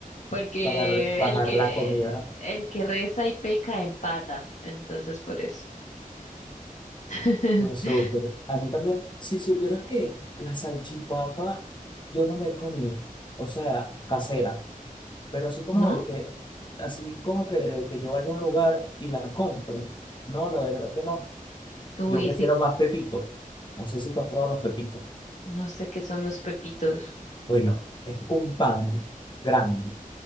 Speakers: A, on the left (about 55°); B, on the left (about 30°).
A: Porque
B: Para re- bajar
A: el que,
B: la comida,
A: el que reza y peca empata, entonces por eso. <laughs>
B: no súper. A mí también, si supieras que la salchipapa yo no me he comido, o sea, casera, pero así como
A: ¿No?
B: el que, así como que, de que yo vaya a un lugar y la compre. No, la verdad que no.
A: Uy,
B: Yo prefiero
A: sí,
B: más pepito. No sé si tú has probado los pepitos.
A: no sé qué son los pepitos.
B: Bueno, es un pan grande,